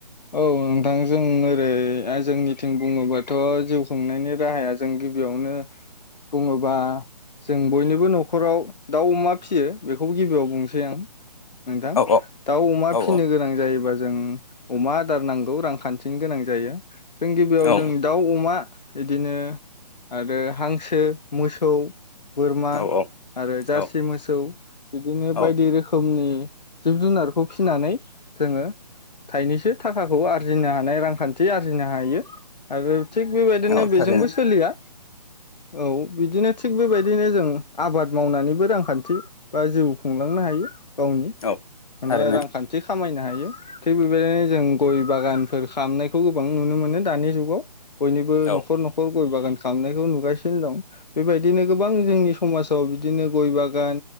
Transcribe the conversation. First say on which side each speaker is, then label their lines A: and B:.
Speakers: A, on the left; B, on the left.
A: औ नोंथां जों ओरै जोंनिथिं बुङोबाथ' जिउ खुंनायनि राहाया जों गिबियावनो बुङोबा जों बयनिबो न'खराव दाउ अमा फिसियो बेखौबो गिबियाव बुंनोसै आं नोंथां
B: औ औ
A: दाउ अमा
B: औ
A: फिसिनो गोनां जायोबा जों अमा आदार नांगौ रांखान्थिनि गोनां जायो। जों गिबियाव
B: औ
A: जों दाउ अमा बिदिनो आरो हांसो मोसौ बोरमा
B: औ
A: आरो जारसि
B: औ
A: मोसौ बिदिनो
B: औ
A: बायदि रोखोमनि जिब जुनारखौ फिसिनानै जोङो थाइनैसो थाखाखौ आरजिनो हानाय रांखान्थि आरजिनो हायो आरो। थिग बेबायदिनो
B: औ
A: बेजोंबो
B: थारैनो
A: सोलिया औ बिदिनो थिग बेबायदि बिदिनो जों आबाद मावनानैबो रांखान्थि बा जिउ खुंलांनो हायो। गावनि
B: औ
A: माने
B: थारैनो
A: रांखान्थि खामायनो हायो। हायो थिग बेबायदिनो जों गय बागानफोर खामनायखौ गोबां नुनो मोनो दानि जुगाव बयनिबो
B: औ
A: न'खर न'खर गय बागान खामनायखौबो नुगासिनो दं बेबायदिनो गोबां जोंनि समाज जाव बिदिनो गय बागान